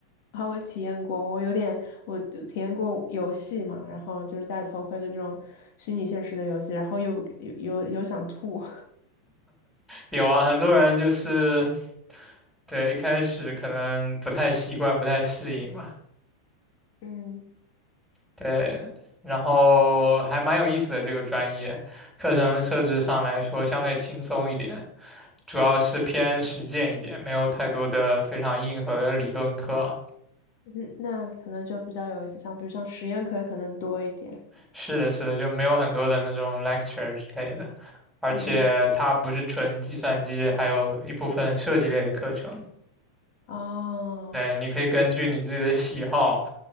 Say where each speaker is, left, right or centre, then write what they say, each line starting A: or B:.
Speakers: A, on the left; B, in the centre.
A: 啊，我体验过，我有点，我体验过游戏嘛，然后就是戴头盔的这种虚拟现实的游戏，然后又又又又想吐，
B: 有啊，很多人就是对一开始可能不太习惯，不太适应嘛。
A: <laughs> 嗯，
B: 对，然后还蛮有意思的这个专业，课程设置上来说相对轻松一点，主要是偏实践一点，没有太多的非常硬核的理论课。
A: 嗯那可能就比较有意思，像比如像实验课可能多一点，
B: 是的，是的，就没有很多的那种 lecture 之类的，而且它不是纯计算机，
A: 嗯，
B: 还有一部分设计类的课程。
A: 啊，
B: 对，你可以根据你自己的喜好，